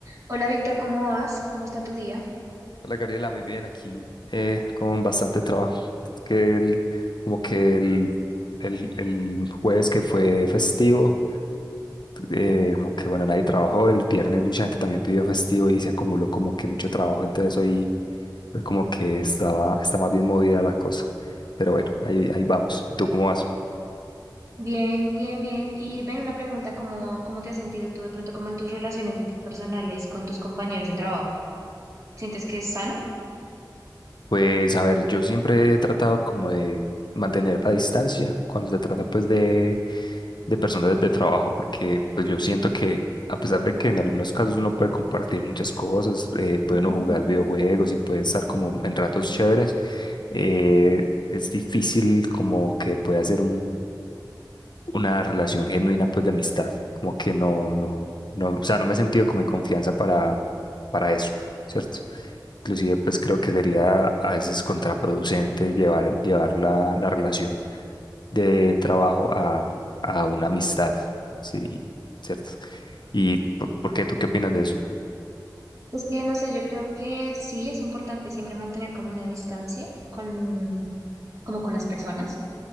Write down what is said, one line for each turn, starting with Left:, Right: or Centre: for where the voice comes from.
Right: Hola Víctor, ¿cómo vas? ¿Cómo está tu día?
Left: Hola Gabriela, muy bien aquí, eh, con bastante trabajo. Que el- como que el, el, el jueves que fue festivo, eh, como que bueno, nadie trabajó, el viernes mucha gente también pidió festivo y se acumuló como que mucho trabajo, entonces hoy, hoy como que estaba, está más bien movida la cosa. Pero bueno, ahí, ahí vamos. ¿Y tú cómo vas?
Right: Bien, bien, bien. Y ven una pregunta, ¿cómo, cómo te has sentido tú de pronto como en tus relaciones interpersonales con tus compañeros de trabajo? ¿Sientes que es sano?
Left: Pues a ver, yo siempre he tratado como de mantener la distancia cuando se trata pues de, de personas de, de trabajo, porque pues yo siento que a pesar de que en algunos casos uno puede compartir muchas cosas, eh, puede
Right: Ujú.
Left: uno jugar videojuegos y puede estar como en ratos chéveres, eh, es difícil como que pueda hacer una relación genuina pues de amistad, como que no, no, no, o sea, no me he sentido como en confianza para, para eso, ¿cierto? Inclusive pues creo que sería a veces contraproducente llevar, llevar la, la relación de trabajo a, a una amistad, sí, ¿cierto? ¿Y por, por qué? ¿Tú qué opinas de eso?
Right: Es que no sé, yo creo que sí es importante siempre mantener como una distancia con, como con las personas